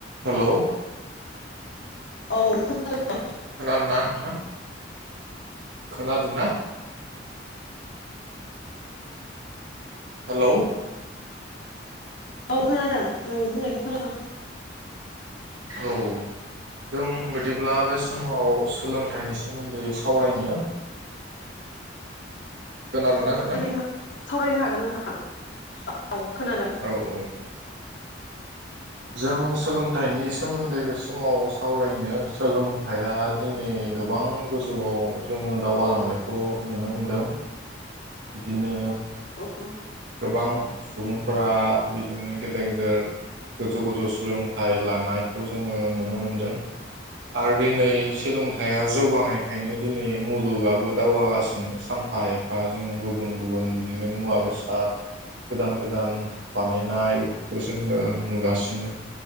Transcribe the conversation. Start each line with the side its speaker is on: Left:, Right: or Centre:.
Right: Hello
Left: औ खोनादों
Right: खोनादोंना नोंथां खोनादोंना हेलौ।
Left: औ खोनादों नोंनि बुंनायखौ खोनादों।
Right: औ जों जेब्ला बे समाव स सोलोंथाइनि सोमोन्दै सावरायनो खोनादोंना
Left: <unintelligible>
Right: नोंथां
Left: सावरायनो हागोन नोंथां। <unintelligible> औ खोनादों।
Right: औ औ जों सोलोंथाइनि सोमोन्दै बे समाव सावरायनो सोलोंथाइया दिनै गोबां गोजौआव जोङो दावगालांनायखौ नुनो मोनदों। बिदिनो
Left: उम
Right: गोबां सुबुं फ्रा बिदिनो गेदेर गेदेर गोजौ गोजौ सोलोंथाइ लानायखौ जोङो नुनो मोनदों आरो दिनै सोलोंथाइया जौगानायखायनो दिनै मुलुगाबो दावगागासिनो सानफा एफा जोंङो गुबुन गुबुन बिदिनो मुवा बेसाद दाद गोदान गोदान बानायनाय बेफोरखौ जोङो नुगासिनो।